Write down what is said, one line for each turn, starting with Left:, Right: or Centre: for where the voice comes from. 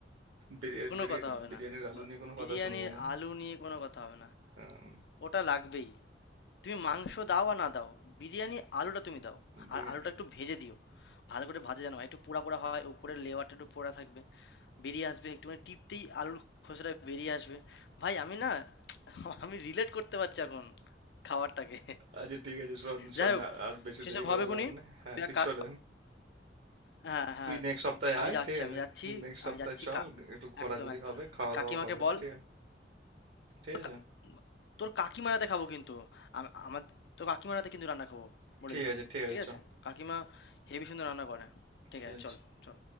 Right: বিরিয়ানি
Left: কোনো
Right: বিরিয়ানি-
Left: কথা হবে
Right: বিরিয়ানির
Left: না
Right: আলু
Left: বা-
Right: নিয়ে কোনো
Left: বিরিয়ানির
Right: কথা শুনবো না
Left: আলু নিয়ে কোনো কথা হবে না
Right: আম,
Left: ওটা লাগবেই তুমি মাংস দাও আর না দাও বিরিয়ানির আলুটা তুমি দাও
Right: বিরি-
Left: আর আলুটা একটু ভেজে দিও ভালো করে ভাজা যেন হয়, একটু পোড়া পোড়া হয় উপরে লেয়ারটা একটু পোড়া থাকবে বেরিয়ে আসবে একটুখানি টিপতেই আলুর খোসাটা বেরিয়ে আসবে ভাই আমি না আমি রিলেট করতে পারছি এখন খাবারটাকে
Right: আচ্ছা ঠিক আছে শোন শোন
Left: যাই হোক
Right: আর আর বেশি
Left: সেসব
Right: দেরি করে
Left: হবে খুনি
Right: লাভ নেই হ্যাঁ
Left: তুই
Right: তুই
Left: এক কাজ
Right: চলে
Left: হ্যাঁ হ্যাঁ
Right: তুই নেক্সট সপ্তাহে
Left: আমি
Right: আয়
Left: যাচ্ছি
Right: ঠিক আছে
Left: আমি যাচ্ছি
Right: নেক্সট সপ্তাহে
Left: আমি যাচ্ছি
Right: চল
Left: কা
Right: একটু ঘোরাঘুরি
Left: একদম একদম
Right: হবে খাওয়া
Left: কাকিমাকে
Right: দাওয়া হবে
Left: বল
Right: ঠিক আছে ঠিক
Left: তোর
Right: আছে
Left: কা- তোর কাকিমারাতে খাবো কিন্তু আম- আমার তোর কাকিমারাতে কিন্তু রান্না খাবো বলে
Right: ঠিক
Left: দিলাম
Right: আছে ঠিক আছে
Left: ঠিক
Right: চ
Left: আছে কাকিমা হেভি সুন্দর রান্না করে ঠিক
Right: stands
Left: আছে চল চল